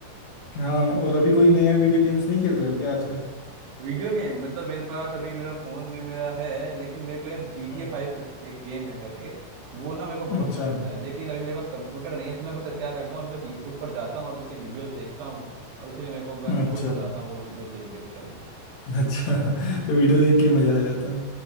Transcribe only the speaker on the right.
कुछ
वीडियो गेम मतलब मेरे पास अभी मेरा फ़ोन में मेरा है लेकिन मेरे को यार जी टी
ए फाइव करके एक गेम है करके वो ना मेरे को बहुत
पसंद है लेकिन अभी मेरे पास कंप्यूटर नहीं है तो मैं बस क्या करता हूँ अभी बस यूट्यूब पर जाता हूँ और उसकी वीडियोस देखता हूँ और उसी में मेरे को मैं
खुश हो जाता हूँ वो वीडियोस देख देख कर ही